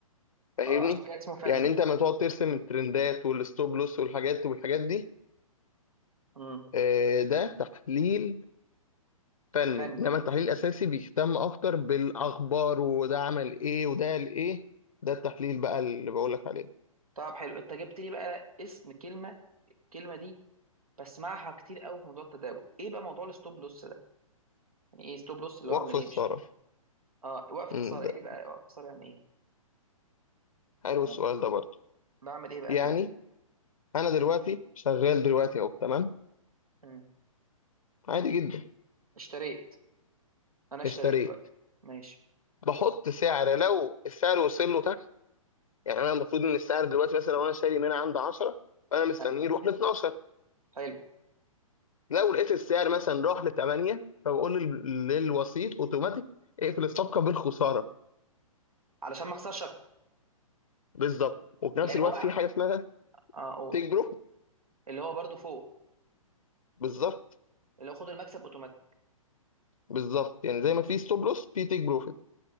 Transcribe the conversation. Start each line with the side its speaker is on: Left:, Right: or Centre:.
Left: فاهمني
Right: اه عشان كده اسمه فني
Left: يعني انت لما تقعد ترسم الترندات والستوب لوس والحاجات والحاجات دي
Right: امم
Left: آه، ده تحليل فني
Right: فني
Left: انما التحليل الاساسي بيهتم اكتر بالاخبار وده عمل ايه وده قال ايه ده التحليل بقى اللي بقول لك عليه
Right: طب حلو انت جبت لي بقى اسم كلمه الكلمه دي بسمعها كتير قوي في موضوع التداول ايه بقى موضوع الستوب لوس ده يعني ايه ستوب لوس اللي
Left: وقف
Right: هو اعمل ايه
Left: الثرى
Right: مش فاهم اه وقف
Left: امم
Right: خساره
Left: ده
Right: ايه بقى وقف خساره يعني ايه
Left: حلو
Right: انا
Left: السؤال ده برضه
Right: بعمل ايه بقى
Left: يعني
Right: فيه
Left: انا دلوقتي شغال دلوقتي اهو تمام
Right: مم.
Left: عادي جدا
Right: اشتريت انا اشتريت
Left: اشتريت
Right: دلوقتي ماشي
Left: بحط سعر لو السعر وصل له يعني انا المفروض ان السعر دلوقتي مثلا لو انا شاري من عند 10 فانا مستنيه
Right: ايوه
Left: يروح ل 12
Right: حلو
Left: لو لقيت السعر مثلا راح ل 8 فبقول لل- للوسيط اوتوماتيك اقفل الصفقه بالخساره
Right: علشان ما اخسرش اكتر
Left: بالظبط وفي
Right: يعني
Left: نفس الوقت
Right: هو
Left: في حاجه اسمها
Right: اه اقول
Left: تيك بروفيت
Right: اللي هو برضو فوق
Left: بالظبط
Right: اللي هو خد المكسب اوتوماتيك
Left: بالظبط يعني زي ما في ستوب لوس في تيك بروفيت